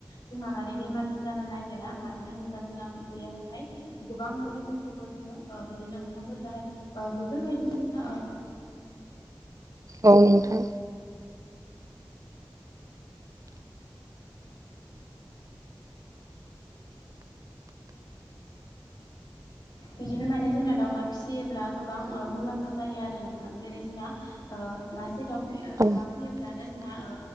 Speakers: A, on the left; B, on the right.
A: जोंना माने बेमार जानो नागिरा मानो होनब्ला जोंहा बेयावहाय गोबां गोबां मुलिफोरखौबो जोङो ओ बिदिनो ओंखामफोर जानो बेफोरबायदि ओ
B: औ नोंथां
A: <unintelligible> बिदिनो माने जोंना दावमा फिसियोब्ला ओ गोबां मुलाम्फा जायो आरो नोंथां जेरै जोंना ओ मासे दाउ फियो
B: औ
A: अमा फियोब्लानो जोंना ओ